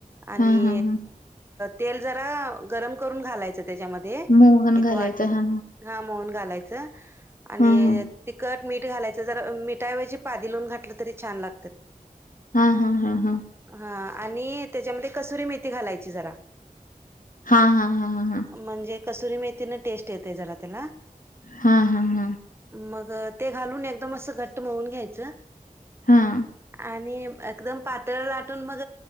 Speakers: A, on the right (about 15°); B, on the left (about 65°).
A: आणि
B: हा हा हा
A: तेल जरा गरम करून घालायचं त्याच्यामध्ये
B: मोहन
A: एक
B: घालायचं
A: वाटी
B: हा
A: हा मोहन घालायचं आणि
B: हा हा
A: तिखट मीठ घालायचं जर मिठाऐवजी पादेलोण घातलं तरी छान लागतात.
B: हा हा हा हा.
A: हा आणि त्याच्यामध्ये कसुरी मेथी घालायची जरा.
B: हा हा हा हा हा.
A: म्हणजे कसुरी मेथीन टेस्ट येते जरा त्याला.
B: हा हा हा.
A: मग ते घालून एकदम असं घट्ट मळून घ्यायचं.
B: हां.
A: आणि एकदम पातळ लाटून मग